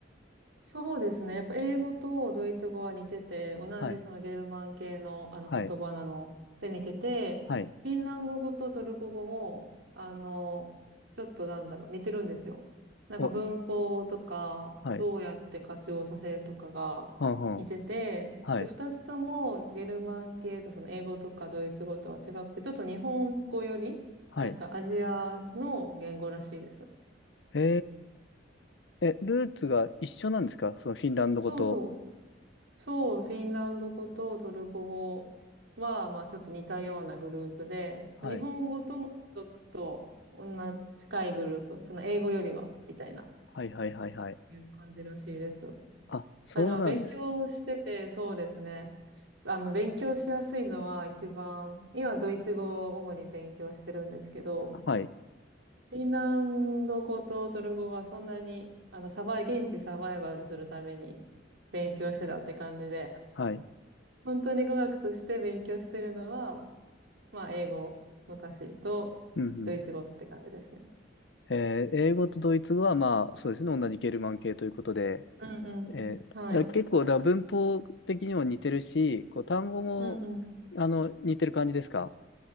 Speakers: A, on the right; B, on the left.
A: そうですね。やっぱ英語とドイツ語は似てて、同じそのゲルマン系のあの言葉なので似てて、
B: はい。はい。はい。
A: フィンランド語とトルコ語も、あの、ちょっとなんだろう、似てるんですよ。なんか文法とか、
B: お、はい。
A: どうやって活用させるとかが似てて、
B: はんはん。はい。
A: で、二つともゲルマン系とその英語とかドイツ語とは違くて、ちょっと日本語より、
B: はい。
A: なんかアジアの言語らしいです。
B: へええ、ルーツが一緒なんですかそのフィンランド語と。
A: そうそうそう、フィンランド語とトルコ語は、まあちょっと似たようなグループで、
B: はい。
A: 日本語ともちょっと同じ近いグループ、その英語よりは、みたいな、
B: はいはいはいはい。
A: いう感じらしいです。
B: あ、そうなんです。
A: あの、勉強してて、そうですね。あの、勉強しやすいのは一番、今ドイツ語を主に勉強してるんですけど、
B: はい。
A: フィンランド語とトルコ語はそんなに、あの、サバイ、現地サバイバルするために勉強してたって感じで。
B: はい。
A: 本当に語学として勉強してるのは、まあ、英語、昔と、
B: うん
A: ドイツ語って感じですね。
B: えー英語とドイツ語は、まあ、そうですね、同じゲルマン系ということで、
A: うんうん。
B: えーだ結構、
A: はい。
B: だ文法的にも似てるし、こう単語も
A: うんうん。
B: あの似てる感じですか